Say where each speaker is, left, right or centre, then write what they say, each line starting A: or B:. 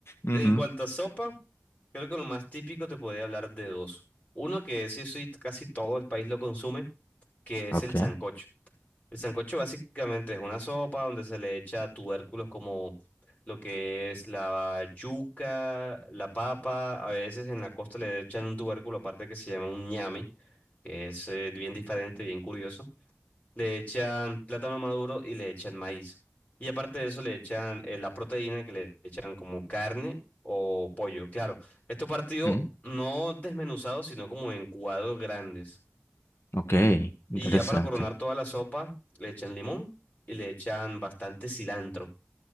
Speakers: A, on the left; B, on the left.
A: Ujú,
B: En cuanto a sopa, creo que lo más típico te podría hablar de dos. Uno que sí, sí, casi todo el país lo consume, que es
A: Ok,
B: el sancocho. El sancocho básicamente es una sopa donde se le echa tubérculos como lo que es la yuca, la papa. A veces en la costa le echan un tubérculo aparte que se llama un ñame, que es eh, bien diferente, bien curioso. le echan plátano maduro y le echan maíz. Y aparte de eso le echan eh, la proteína que le echan como carne o pollo. Claro, esto partido
A: mm,
B: no desmenuzado, sino como en cuadros grandes.
A: ok, interesante.
B: Y ya para coronar toda la sopa, le echan limón y le echan bastante cilantro.